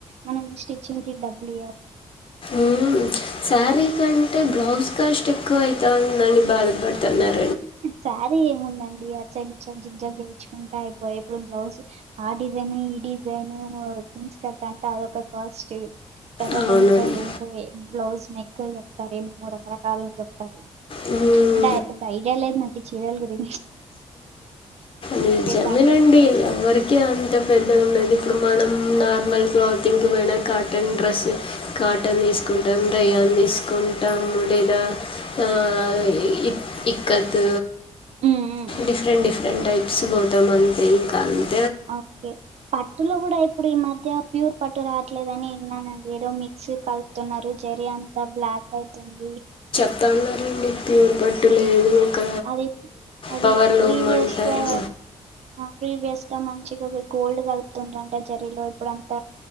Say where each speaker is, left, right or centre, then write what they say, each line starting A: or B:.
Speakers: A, on the right; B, on the left.
A: మనం స్టిచ్చింగ్ కి డబ్బలీయలీ
B: ఉ శారీ కంటే బ్లౌజ్ కాస్ట్ ఎక్కువ అయితాందని బాధపడుతున్నారు
A: సారీ ఏముందండి ఆ చెడి జిగ్ జగ్చ్చుకుంటా అయిపోయాయి ఇప్పుడు బ్లౌజ్ ఆ డిజైన్ ఈ డిజైన్ పిన్స్ క టే అదొక కాస్ట్ తర్వాత
B: అవునండి.
A: ఇంకా ఏందో బ్లౌజ్ నెక్లు చెప్తారు ఏమేమో రకరకాల చెప్తారు
B: హ్మ్.
A: అంటే అతే బైడి లే నాకు చీరలు గురి
B: నిజమేనండి
A: కంఫర్ట్ డ్రెస్
B: ఎవరికి
A: ఇవే
B: అంత పెద్దగ ఉండదు ఇప్పుడు మనం నార్మల్ క్లాతింగ్కి పోయినా కాటన్ డ్రెస్సు కాటన్ తీసుకుంటాం రేయాన్ తీసుకు ఉంటాము లేదా ఆ ఇ ఇక్కట్
A: ఉమ్, ఉమ్.
B: డిఫరెంట్ డిఫరెంట్ టైప్స్ పోతాం అంతే ఇంకా అ
A: ఓకే పట్టులో కూడా ఇప్పుడు ఈ మధ్య ప్యూర్ పట్ రాట్లేదు అని విన్నానండి ఏదో మిక్స్ క న్నారు జరీ అంతా బ్లాక్ అయితుంది
B: తల్ల రండి ప్యూర్ పట్టు లేదు ఒక
A: అది అది
B: పవర్
A: ప్రీవిస్గా
B: లూమ్ అంటారు
A: ప్రీవిస్ ఇ మంచిగా గోల్డ్ కలుపుతుర్రంతా జర్రీలో ఇప్పుడు అంత